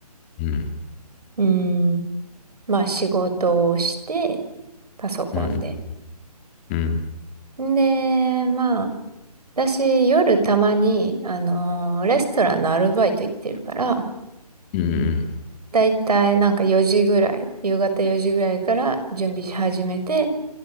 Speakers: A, on the left; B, on the right.
A: うん。
B: うん、まあ仕事をして、パソコンで。
A: うん。うん。
B: で、まあ、私夜たまに、あのーレストランのアルバイト行ってるから、
A: うん。
B: だいたいなんか4時ぐらい、夕方4時ぐらいから準備し始めて、